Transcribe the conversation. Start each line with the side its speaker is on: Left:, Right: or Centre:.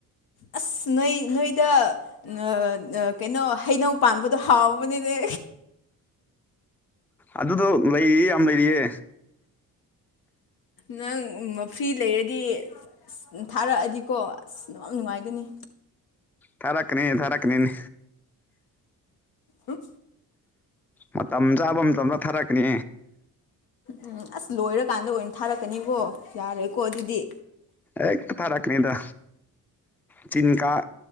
Left: ꯑꯁ ꯅꯣꯏ ꯅꯣꯏꯗ ꯅ ꯅ ꯀꯩꯅꯣ ꯍꯩꯅꯧ ꯄꯥꯟꯕꯗꯣ ꯍꯥꯎꯕꯅꯤꯅꯦ
Centre: ꯑꯗꯨꯗꯣ ꯂꯩꯔꯤꯌꯦ ꯌꯥꯝ ꯂꯩꯔꯤꯌꯦ
Left: ꯅꯪ ꯐ꯭ꯔꯤ ꯂꯩꯔꯗꯤ ꯑ ꯊꯥꯔꯛꯑꯗꯤꯀꯣ ꯑꯁ ꯑꯗꯨ ꯌꯥꯝ ꯅꯨꯡꯉꯥꯏꯒꯅꯤ
Centre: ꯊꯔꯛꯀꯅꯦ ꯊꯥꯔꯛꯀꯅꯤꯅꯦ
Left: ꯎꯝ
Centre: ꯃꯇꯝ ꯆꯥꯕ ꯃꯇꯝꯗ ꯊꯥꯔꯛꯀꯅꯤ
Left: ꯎꯝ ꯑꯁ ꯂꯣꯏꯔꯀꯥꯟꯗ ꯑꯣꯏꯅ ꯊꯥꯔꯛꯀꯅꯤꯕꯣ ꯌꯥꯔꯣꯏꯀꯣ ꯑꯗꯨꯗꯤ
Centre: ꯑꯦ ꯈꯔꯔꯛꯅꯤꯗ ꯆꯤꯟ ꯀꯥ